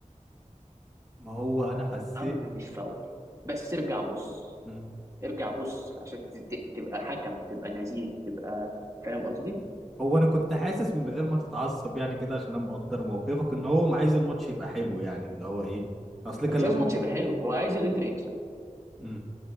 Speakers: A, in the centre; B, on the right (about 25°).
A: ما هو انا حسيت
B: يا عم مش فاول بس ارجع بص
A: مم.
B: ارجع بص عشان ت- ت- تبقى حكم تبقى نزيه تبقى فاهم قصدي
A: هو انا كنت حاسس من غير ما تتعصب يعني كده عشان انا مقدر موقفك ان هو عايز الماتش يبقى حلو يعني اللي هو ايه اصل كان
B: هو مش عايز
A: لما
B: الماتش يبقى حلو هو عايز الانتر يكسب
A: مم.